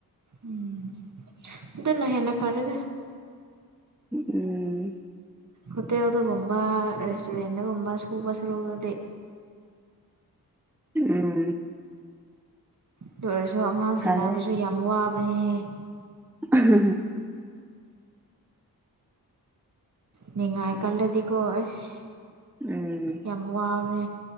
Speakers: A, on the right; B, in the centre.
A: ꯎꯝ ꯑꯗꯨꯗꯅ ꯍꯦꯟꯅ ꯐꯥꯔꯦꯗ
B: ꯎꯝ
A: ꯍꯣꯇꯦꯜꯗꯒꯨꯝꯕ ꯔꯦꯁꯇꯨꯔꯦꯟꯗꯒꯨꯝꯕ ꯁꯨꯕ ꯁꯔꯨꯗꯤ
B: ꯎꯝ
A: ꯑꯗꯨ ꯑꯣꯏꯔꯁꯨ ꯑꯉꯥꯡ
B: ꯐꯔꯦ
A: ꯁꯦꯟꯅꯕꯁꯨ ꯌꯥꯝ ꯋꯥꯕꯅꯤꯍ°
B: <inaudible>
A: ꯅꯤꯡꯉꯥꯏ ꯀꯜꯂꯗꯤꯀꯣ ꯑꯁ
B: ꯎꯝ
A: ꯌꯥꯝ ꯋꯥꯕꯅꯦ